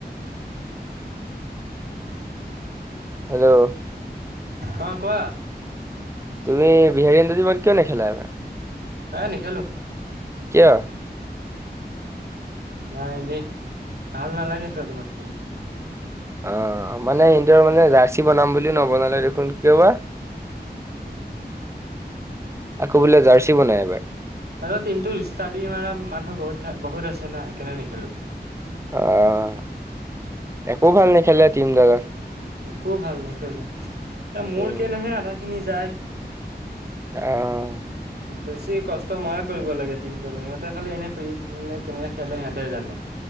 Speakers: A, on the right (about 15°); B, on the right (about 65°).
A: হেল্ল'
B: অ কোৱা
A: তুমি বিহাৰীহঁতৰ টিমত কিয় নেখেলা এবাৰ
B: এ নেখেলো
A: কিয়
B: নাই এনে ভাল নালাগে সিহঁতৰ টিমত খেলি
A: অ মানে এৰ মানে জাৰ্চি বনাম বুলিও নবনালে দে কোন কিয় বা আকৌ বোলে জাৰ্চি
B: আৰু
A: বনাই এইবাৰ
B: ন্তটো ৰিচ্া দি ম মান মানুহ বহুত বহুত আছে না কেনে নেখেলোঁ
A: আহ একো ভাল নেখেললে টিমডালত
B: একো ভাল নেখেলে এ মোৰ
A: উম
B: কেনেহে আধা খিনি যায়
A: আহ
B: বেছি কষ্ট ময়ে কৰিব লাগে টিম ত সিহঁতে খালি এনে ফ কেনেকে খেলে সিহঁতে জানে